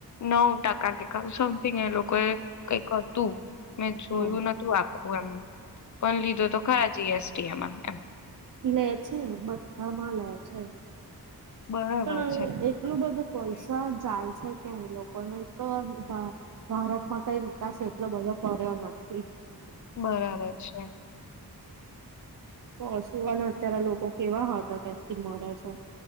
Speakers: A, on the left (about 50°); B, on the right (about 55°).
A: નવ ટકા કે ક એ લોકો એ કઈક હતું. મેં જોયું
B: હા
A: નતું આખું એમ. પન લીધો તો ખરા જીએસ. <unintelligible>
B: ને છે બધા મા લે છે.
A: બરાબર
B: પણ
A: છે
B: એટલું બધું પૈસા જાય છે. ક્યાં એ લોકોને એક તો ભા ભારતમાં કઈ વિકાસ એટલો બધો કર્યો નથી.
A: બરાબર છે.
B: પશુ અને અત્યારે લોકો કેવા હાર્ટ એટેક થી મરે છે.